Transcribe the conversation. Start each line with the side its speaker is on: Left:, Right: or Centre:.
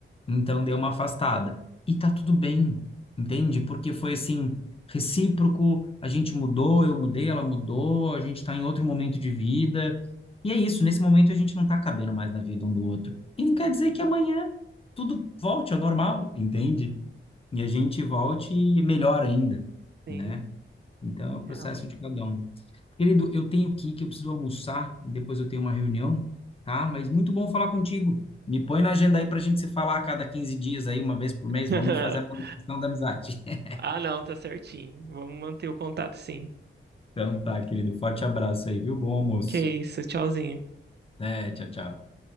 Left: Então deu uma afastada. E tá tudo bem, entende? Porque foi assim, recíproco, a gente mudou, eu mudei, ela mudou, a gente tá em outro momento de vida. E é isso, nesse momento a gente não tá cabendo mais na vida um do outro. E não quer dizer que amanhã tudo volte ao normal, entende? E a gente volte melhor ainda,
Right: Sim,
Left: né? Então é o processo
Right: legal.
Left: de cada um. Querido, eu tenho que ir, que eu preciso almoçar, depois eu tenho uma reunião, tá? Mas muito bom falar contigo. Me põe na agenda aí pra gente se falar a cada 15 dias aí, uma vez por
Right: <laughs>
Left: mês, vamos fazer a manutenção da amizade. <laughs>
Right: Ah, não, tá certinho. Vamos manter o contato sim.
Left: Então tá, querido, forte abraço aí, viu? Bom almoço.
Right: Que isso, tchauzinho.
Left: Até, tchau, tchau.